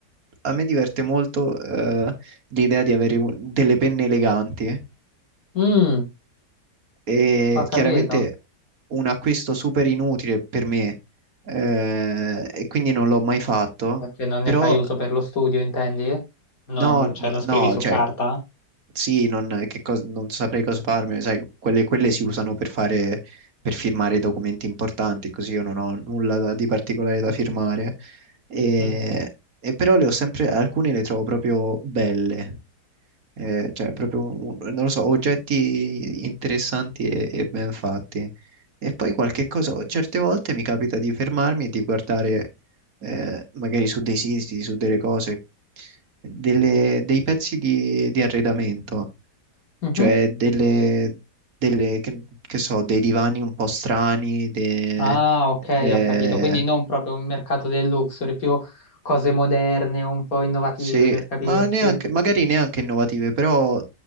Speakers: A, on the right (about 55°); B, on the left (about 55°).
A: a me diverte molto eh, l'idea di avere un- delle penne eleganti.
B: Mm,
A: E
B: ho capito.
A: chiaramente un acquisto super inutile per me, eh, e quindi non l'ho mai fatto,
B: Perché non ne
A: però
B: fai uso per lo studio, intendi? Non,
A: no,
B: cioè,
A: ma-
B: non scrivi
A: no,
B: su
A: cioè
B: carta?
A: sì, non, che cos- non saprei cosa farmene, sai, quelle, quelle si usano per fare, per firmare i documenti importanti, così io non ho nulla da- di particolare da firmare, e,
B: Mm,
A: e però le ho sempre, alcune le trovo proprio belle. Eh, cioè, proprio, un- un- non lo so, oggetti interessanti e, e ben fatti. E poi qualche cosa, certe volte mi capita di fermarmi e di guardare, eh, magari su dei siti, su delle cose, delle- dei pezzi di, di arredamento,
B: mhm.
A: cioè delle, delle- che, che so, dei divani un po' strani, de-
B: Ah, ok,
A: eh,
B: ho capito. Quindi non proprio un mercato del luxury, più cose moderne, un po' innovative,
A: sì,
B: per capirci.
A: ma neanche, magari neanche innovative, però